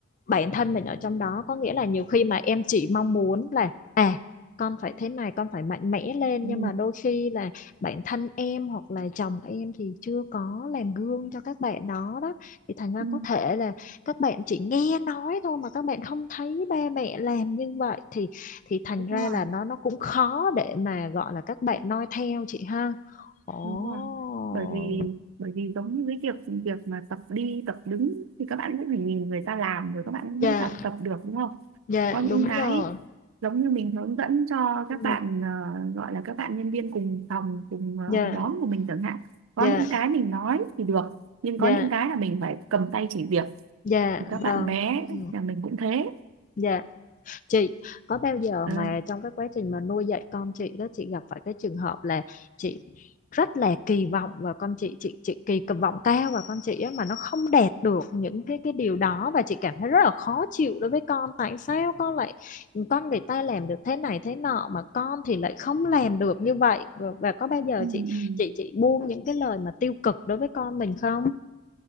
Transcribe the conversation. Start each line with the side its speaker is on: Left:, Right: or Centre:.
Left: bản thân mình ở trong đó có nghĩa là nhiều khi mà em chỉ mong muốn là à con phải thế này con phải mạnh mẽ lên
Right: ừ,
Left: nhưng mà đôi khi là bản thân em hoặc là chồng em thì chưa có làm gương cho các bạn đó đó thì thành ra
Right: ừ,
Left: có thể là các bạn chỉ nghe nói thôi mà các bạn không thấy ba mẹ làm như vậy thì thì thành
Right: đúng
Left: ra
Right: rồi
Left: là nó nó cũng khó để mà gọi là các bạn noi theo chị ha ồ
Right: đúng rồi bởi vì bởi vì giống như cái việc việc mà tập đi tập đứng thì các bạn cũng phải nhìn người ta làm rồi các bạn
Left: dạ
Right: mới tập tập được đúng không
Left: dạ
Right: có những
Left: đúng
Right: cái
Left: rồi
Right: giống như mình hướng dẫn cho các
Left: Ừ,
Right: bạn ờ, gọi là các bạn nhân viên cùng phòng cùng ờ,
Left: dạ
Right: nhóm của mình chẳng hạn có
Left: dạ
Right: những cái mình nói thì được nhưng
Left: dạ
Right: có những cái là mình phải cầm tay chỉ việc
Left: Dạ
Right: thì các bạn
Left: vâng.
Right: bé
Left: Ừ,
Right: nhà mình cũng thế
Left: Dạ chị có bao giờ
Right: ơi
Left: mà trong cái quá trình mà nuôi dạy con chị đó chị gặp phải cái trường hợp là chị rất là kỳ vọng và con chị chị chị kỳ vọng cao và con chị á mà nó không đạt được những cái cái điều đó và chị cảm thấy rất là khó chịu đối với con tại sao con lại con người ta làm được thế này thế nọ mà con thì lại không làm được như vậy và, và có bao giờ
Right: Ừ,
Left: chị
Right: ừ.
Left: chị chị buông những cái lời mà tiêu cực đối với con mình không?